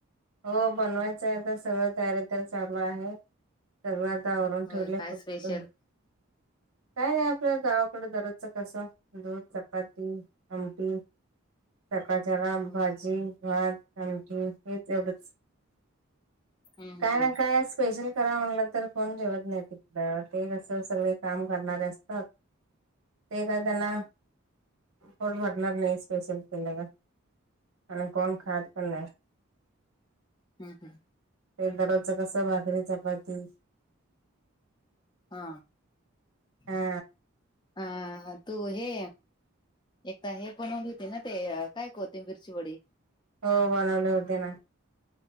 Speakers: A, on the right (about 80°); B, on the left (about 20°).
A: हो बनवायचं आहे आता सगळं तयारी तर चालू आहे. सर्व आता आवरणून
B: होय
A: ठेवलं
B: काय
A: फक्त.
B: स्पेशल
A: <inaudible> काय नाही आपल्या गावाकडे दरजचं कसं दूध चपाती आमटी. सकाचारा
B: हम्म
A: भाजी भात आम हेच तेवढच <inaudible>
B: हम्म
A: काय
B: हम्म
A: ना काय स्पेशल. खरा म्हणलं तर फोन जेवत नाही, तिकडं ते कसं सगळे काम करणारे असतात. ते काय त्यांना <inaudible> फट भरणार नाही स्पेशल केल्या का. <inaudible> आणि कोण खाज पण नाही.
B: हम् हम.
A: ते दारच कस भाकरी चपाती.
B: हा
A: हा
B: <inaudible> अ तू हे. एकदा हे बनवलीतीे ना ते काय कते मिरची वडी.
A: हो बनवले होते ना.